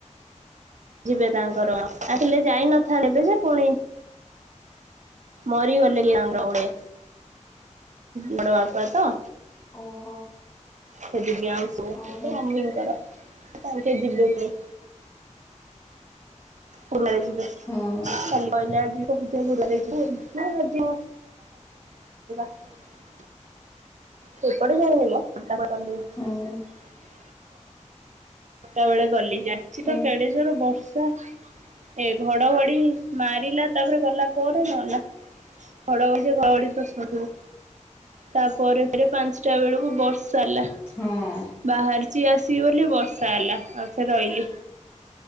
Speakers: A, on the right; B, on the left.
A: ଯିବେ ତାଙ୍କର ଆକଚୁଲି ଯାଇ ନଥାନ୍ତେ ଏବେ ସେ ପୁଣି। ମରି ଗଲେ <unintelligible> ବଡ଼ ବାପା ତ।
B: ଓହୋ।
A: ତ ଦିବ୍ୟାନଶୁ
B: ଓହୋ
A: ମମି ଙ୍କର ତାଙ୍କେ ଯିବେ ପୁଣୀ। ପୁରୁଣା ରେ ଯିବେ
B: ହଁ
A: କାଲି କହିଲେ ଆଜି। <unintelligible> <unintelligible>
B: ହଉ
A: ସଟା ବେଳେ ଗଲି ଯାଇଛି ତ
B: ଓ
A: କେଡେ ଯୋର ବର୍ଷା। ଏ ଘଡଘଡି ମାରିଲା ତାପରେ ଗଲା ପରେ ଗଲା। ଘଡଘଡ଼ି ସେ ଘଡଘଡି ତୁ ସୁନିଥିବୁ ତାପରେ ଫେରେ ପାଞ୍ଚଟା ବେଳକୁ ବର୍ଷା। ଚାଲିଲା
B: ହଁ
A: ବାହାରିଛି ଆସିବି ବୋଲି ବସ ର୍ଷା ହେଲା ଆଉଥରେ ରହିଲି